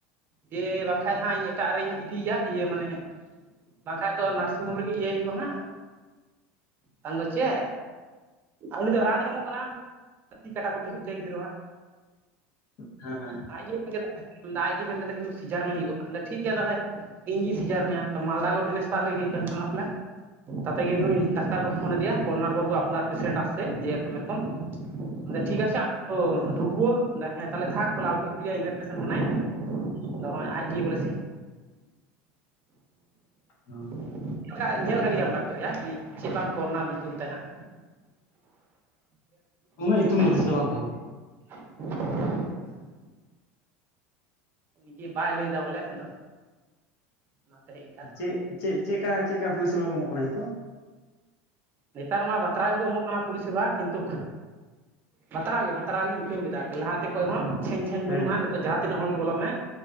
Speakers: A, on the right; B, on the left.
A: ᱡᱮ ᱵᱟᱝᱠᱷᱟᱡ ᱦᱟᱸᱜ ᱤᱧ ᱮᱴᱟᱜ ᱨᱤᱧ ᱤᱫᱤᱭ ᱭᱟ ᱤᱭᱟᱹ ᱢᱟᱱᱮ ᱵᱟᱝᱠᱷᱟᱡ ᱫᱚ ᱱᱟᱨᱥᱤᱝ ᱦᱳᱢ ᱨᱮᱜᱮ ᱤᱭᱟᱹᱭ ᱦᱩᱭᱩᱜᱼᱟ ᱦᱟᱸᱜ ᱵᱟᱝ ᱫᱚ ᱪᱮᱫ ᱩᱱᱤ ᱫᱚ ᱨᱟᱱᱮ ᱮᱢᱚᱜ ᱠᱟᱱᱟ ᱛᱤ ᱠᱟᱴᱟ ᱠᱚ ᱴᱷᱤᱠᱚᱜ ᱛᱟᱭᱟ ᱜᱤᱫᱽᱨᱟᱹᱣᱟᱜ
B: ᱦᱮᱸ
A: ᱟᱡ ᱜᱮ ᱢᱮᱱ <unintelligible> ᱠᱮᱫᱟ ᱠᱤᱱᱛᱩ ᱥᱤᱡᱟᱨ ᱢᱮ ᱦᱩᱭᱩᱜᱼᱟ ᱦᱟᱸᱜ ᱴᱷᱤᱠ ᱜᱮᱭᱟ ᱛᱟᱞᱦᱮ ᱤᱧᱜᱤ ᱥᱤᱡᱟᱨ ᱢᱮᱭᱟ ᱛᱚ ᱢᱟᱞᱫᱟ ᱠᱚ ᱴᱮᱱᱤᱥᱯᱟᱨ ᱨᱮᱜᱮ ᱠᱟᱱ ᱛᱟᱦᱮᱱᱟ ᱵᱚᱞᱮ ᱛᱟᱛᱮ ᱜᱮ ᱱᱩᱭ ᱰᱟᱠᱛᱟᱨ ᱠᱚ ᱯᱷᱳᱱ ᱟᱫᱮᱭᱟ ᱠᱚᱨᱱᱟᱨ ᱵᱟᱹᱵᱩ ᱟᱯᱱᱟᱨ ᱯᱮᱥᱮᱱᱴ ᱟᱥᱪᱷᱮ ᱡᱮ ᱮᱨᱚᱠᱚᱢ ᱮᱨᱚᱠᱚᱢ ᱴᱷᱤᱠ ᱟᱪᱷᱮ <unintelligible> ᱴᱷᱩᱠᱵᱚ ᱦᱮᱸ ᱛᱟᱦᱚᱞᱮ ᱛᱷᱟᱠ ᱛᱟᱦᱚᱞᱮ ᱟᱞᱚᱯᱮ ᱠᱩᱞᱤᱭᱟ ᱤᱧ ᱨᱮᱱ ᱯᱮᱥᱮᱱ ᱠᱟᱱᱟᱭ ᱛᱚ ᱱᱚᱜᱼᱚᱭ ᱟᱡ ᱜᱮ ᱵᱚᱞᱮ ᱥᱤᱡ <inaudible>
B: ᱦᱩᱸ
A: ᱪᱮᱫ ᱞᱮᱠᱟ ᱧᱮᱞ ᱠᱟᱜ ᱧᱮᱞ ᱠᱟᱫᱮᱭᱟᱢ ᱰᱟᱠᱛᱟᱨ ᱟᱜ ᱩᱱᱤ ᱪᱮᱫ ᱵᱟᱝ ᱠᱚᱨᱱᱟᱨ ᱧᱩᱛᱩᱢ ᱛᱟᱭ ᱦᱟᱸᱜ
B: ᱩᱱᱟᱹᱜ
A: <unintelligible>
B: <unintelligible> ᱛᱟᱦᱮᱱᱟ
A: <inaudible> ᱫᱤᱭᱮ ᱵᱟᱭ ᱞᱟᱹᱭᱫᱟ ᱵᱚᱞᱮ ᱟᱫᱚ ᱚᱱᱟᱛᱮ ᱦᱮᱡ ᱤᱱᱠᱟ
B: ᱪᱮᱫ ᱪᱮᱫ ᱪᱮᱫᱠᱟ ᱪᱮᱫᱠᱟ ᱯᱚᱨᱤᱥᱮᱵᱟ ᱠᱚ ᱮᱢᱚᱜ ᱠᱟᱱᱟ ᱱᱤᱛᱚᱜ
A: ᱱᱮᱛᱟᱨ ᱢᱟ ᱵᱟᱛᱨᱟ ᱜᱮᱠᱚ ᱮᱢᱚᱜ ᱠᱟᱱᱟ ᱯᱚᱨᱤᱥᱮᱵᱟ ᱠᱤᱱᱛᱩ ᱵᱟᱛᱨᱟᱣ ᱜᱮ ᱵᱟᱛᱨᱟᱣ ᱜᱤᱧ ᱟᱹᱭᱠᱟᱹᱣ ᱠᱮᱫᱟ ᱟᱨᱠᱤ ᱞᱟᱦᱟᱛᱮ ᱠᱷᱚᱡ ᱦᱚᱸ <unintelligible> <inaudible>
B: ᱦᱮᱸ
A: ᱵᱟᱹᱱᱩᱜᱼᱟ ᱱᱤᱛᱚᱜ ᱡᱟᱦᱟᱸ ᱛᱤᱱᱟᱹᱜ ᱦᱚᱲᱜᱮ ᱵᱚᱞᱚᱜ ᱢᱮ